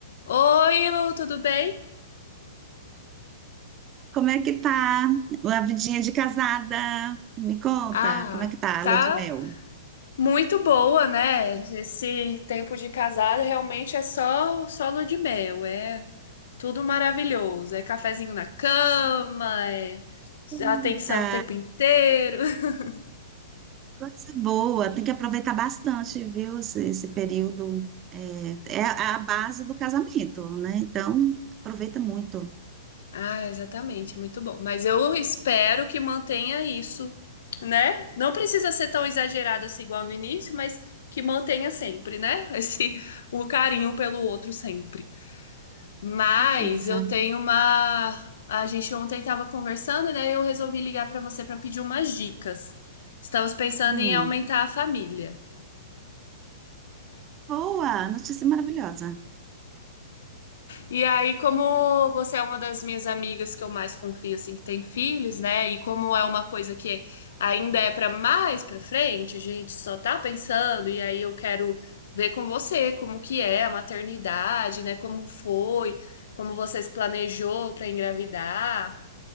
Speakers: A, on the left; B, on the right.
A: Oi, Lu, tudo bem?
B: Como é que tá a vidinha de casada? Me conta,
A: Ah,
B: como é que tá
A: tá
B: a lua de mel?
A: muito boa, né? Esse tempo de casada realmente é só só lua de mel, é tudo maravilhoso, é cafezinho na cama, é
B: Eita,
A: atenção o tempo inteiro. <laughs>
B: coisa boa. Tem que aproveitar bastante, viu? Esse, esse período é, é a base do casamento, né? Então, aproveita muito.
A: Ah, exatamente, muito bom. Mas eu espero que mantenha isso, né? Não precisa ser tão exagerado assim igual no início, mas que mantenha sempre, né? <laughs> Esse o carinho pelo outro sempre. Mas
B: Com certeza.
A: eu tenho uma. A gente ontem estava conversando, né? Eu resolvi ligar para você para pedir umas dicas. Estamos pensando
B: Hum.
A: em aumentar a família.
B: Boa, notícia maravilhosa.
A: E aí, como você é uma das minhas amigas que eu mais confio, assim, que tem filhos, né? E como é uma coisa que ainda é para mais para frente, a gente só tá pensando. E aí eu quero ver com você como que é a maternidade, né? Como foi, como você se planejou para engravidar.